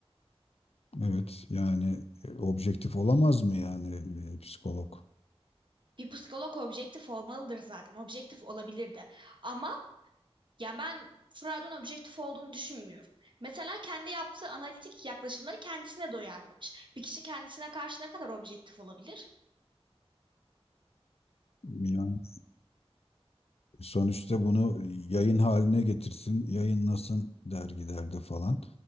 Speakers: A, on the left (about 70°); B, on the right (about 50°).
A: Evet yani e, objektif olamaz mı yani e, psikolog?
B: Bir psikolog objektif olmalıdır zaten. Objektif olabilir de. Ama Yani ben Freud'un objektif olduğunu düşünmüyorum. Mesela kendi yaptığı analitik yaklaşımları kendisine doyarlamış. Bir kişi kendisine karşı ne kadar objektif olabilir?
A: Yani Sonuçta bunu yayın haline getirsin, yayınlasın dergilerde falan.